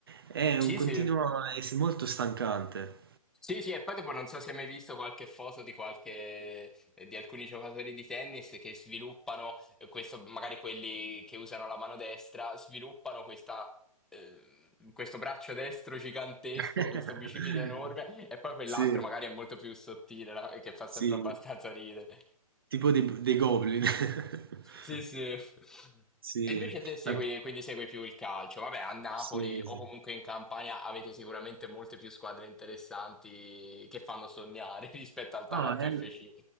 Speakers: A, on the right; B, in the centre.
A: è
B: Sì,
A: un continuo,
B: sì.
A: è molto stancante.
B: Sì, sì, e poi dopo non so se hai mai visto qualche foto di qualche, eh, di alcuni giocatori di tennis che sviluppano eh, questo, magari quelli che usano la mano destra, sviluppano questa, eh, questo braccio destro gigantesco,
A: <laughs>
B: questo bicipite enorme, e poi quell'altro
A: Sì,
B: magari è molto più sottile, no? E che fa sempre
A: sì.
B: abbastanza ridere.
A: Tipo dei b dei Goblin. <laughs>
B: Sì, sì.
A: Sì,
B: E invece te segui,
A: ma
B: quindi segui più il calcio. Vabbè, a Napoli
A: sì,
B: o
A: sì.
B: comunque in Campania avete sicuramente molte più squadre interessanti che fanno sognare <laughs> rispetto al Taranto
A: No, nel
B: FC.